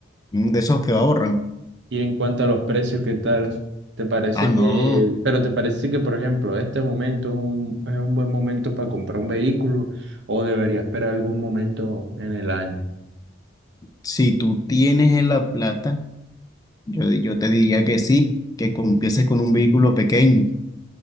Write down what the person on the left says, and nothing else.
un de esos que ahorran.
Ah, no,
si tú tienes la plata, yo, yo te diría que sí, que empieces con un vehículo pequeño